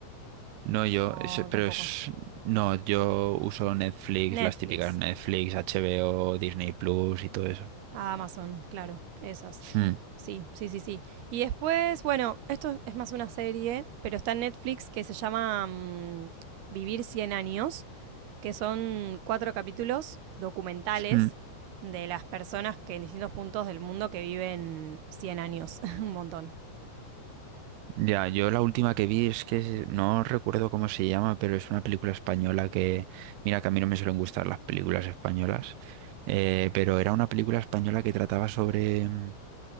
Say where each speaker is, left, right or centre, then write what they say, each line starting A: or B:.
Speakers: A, on the right; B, on the right.
A: No, yo,
B: O
A: es- pero
B: tampoco.
A: es, no, yo uso Netflix,
B: Netflix,
A: las típicas Netflix, HBO, Disney Plus y todo eso.
B: Amazon, claro, esas.
A: Mm,
B: Sí, sí, sí, sí. Y después, bueno, esto es más una serie, pero está en Netflix que se llama mm, Vivir cien años, que son cuatro capítulos documentales
A: mm.
B: de las personas que en distintos puntos del mundo que viven 100 años, <laughs> un montón.
A: Ya, yo la última que vi es que no recuerdo cómo se llama, pero es una película española que, mira que a mí no me suelen gustar las películas españolas, eh, pero era una película española que trataba sobre, mm,